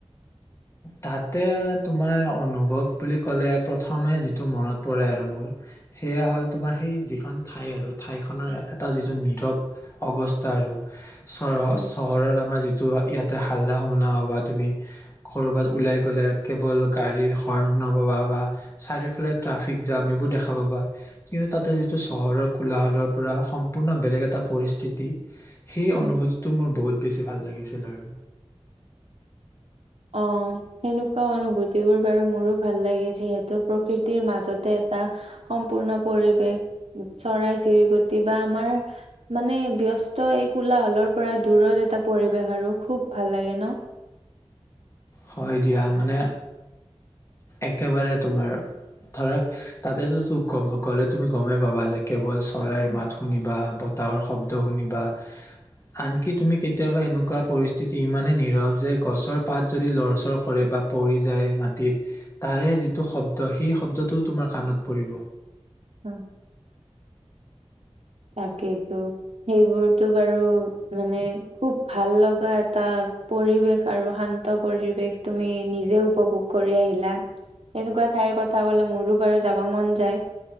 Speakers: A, on the left (about 25°); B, on the right (about 70°).
A: তাতে তোমাৰ অনুভৱ বুলি ক'লে প্ৰথমে যিটো মনত পৰে আৰু মোৰ সেয়া হ'ল তোমাৰ সেই যিখন ঠাই আৰু ঠাইখনৰ এটা যিটো নীৰৱ অৱস্থা আৰু চ
B: উম
A: চহৰত আমাৰ যিটো ইয়াতে হাল্লা সোমনা অবাত তুমি ক'ৰবাত ওলাই গ'লে কেৱল গাড়ীৰ হৰ্ণ শুনা পাবা বা চাৰিওফালে ট্ৰাফিক জাম এইবোৰ দেখা পাবা কিন্তু তাতে যিটো চহৰৰ কোলাহলৰ পৰা সম্পূৰ্ণ বেলেগ এটা পৰিস্থিতি সেই অনুভূতিটো
B: উম
A: মোৰ বহুত বেছি ভাল লাগিছিল আৰু
B: অ সেনেকুৱা অনুভূতিবোৰ বাৰু মোৰো ভাল লাগে যিহেতু প্ৰকৃতিৰ মাজতে এটা সম্পূৰ্ণ পৰিৱেশ চৰাই চিৰিকটি বা আমাৰ মানে ব্যস্ত এই কোলাহলৰ পৰা দূৰত এটা পৰিৱেশ আৰু খুব ভাল লাগে ন
A: হয় দিয়া মানে একেবাৰে তোমাৰ ধৰক তাতেতোম গ'লে তুমি গমেই পাবা যে কেৱল চৰাইৰ
B: উম
A: মাত শুনিবা বতাহৰ শব্দ শুনিবা আনকি তুমি কেতিয়াবা এনেকুৱা পৰিস্থিতি ইমানে নীৰৱ যে গছৰ পাত যদি লৰচৰ কৰে বা পৰি যায় মাটিত তাৰে যিটো শব্দ সেই শব্দটোও তোমাৰ কাণত পৰিব
B: হুম তাকেইেতো সেইবোৰতো বাৰু মানে খুব ভাল লগা এটা পৰিৱেশ আৰু শান্ত পৰিৱেশ তুমি নিজে উপভোগ কৰি আহিলা এনেকুৱা ঠাইৰ কথা কলে মোৰো বাৰু যাব মন যায়